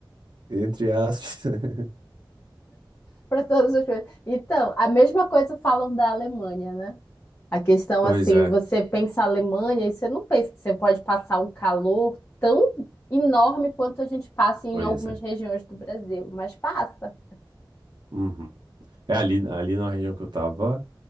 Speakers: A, on the right; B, on the left.
A: Entre aspas. <laughs>
B: para todas as coisas. Então, a mesma coisa falam da Alemanha, né? A questão
A: Pois
B: assim,
A: é,
B: você pensa a Alemanha e você não pensa que você pode passar um calor tão enorme quanto a gente passa em
A: pois
B: algumas
A: é.
B: regiões do Brasil, mas passa.
A: Uhum. É ali, ali na região que eu tava,